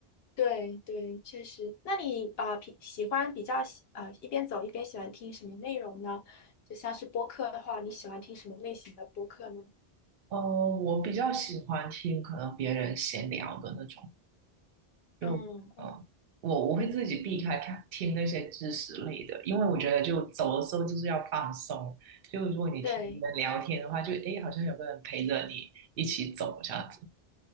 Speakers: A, on the left; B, on the right.
A: 对对，确实。那你啊，呃平、喜欢比较喜啊、一边走一边喜欢听什么内容呢？就像是播客的话，你喜欢听什么类型的播客呢？
B: 呃，我比较喜欢听可能别人闲聊的那种，就呃，
A: 嗯嗯。
B: 我我会自己避开看听那些知识类的，因为我觉得就走的时候就是要放松。就如果你听人聊天的话，
A: 对
B: 就诶，好像有个人陪着你一起走这样子。